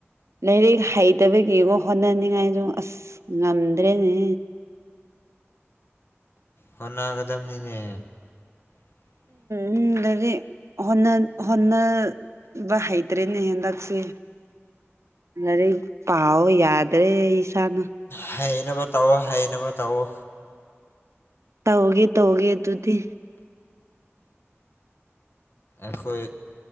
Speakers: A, on the right; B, on the left.
A: ꯂꯥꯏꯔꯤꯛ ꯍꯩꯇꯕꯒꯤꯒꯣ ꯍꯣꯠꯅꯅꯤꯡꯉꯥꯏꯁꯨ ꯑꯁ ꯉꯝꯗ꯭ꯔꯦꯅꯦ
B: ꯍꯣꯠꯅꯒꯗꯕꯅꯤꯅꯦ <unintelligible>
A: ꯎꯝ ꯂꯩꯗꯤ ꯍꯟꯅ ꯍꯟꯅꯜ ꯍꯩꯗ꯭ꯔꯦꯅꯦꯍꯦꯟꯗꯁꯦ ꯑꯔꯤꯦ ꯄꯥꯎ ꯌꯥꯗ꯭ꯔꯦ ꯏꯁꯥꯅ
B: ꯍꯩꯅ ꯇꯧꯑꯣꯣ ꯍꯩꯅꯕ ꯇꯧꯑꯣ
A: ꯇꯧꯒꯦ ꯇꯧꯒꯦ ꯇꯗꯤ
B: ꯑꯩꯈꯣꯏ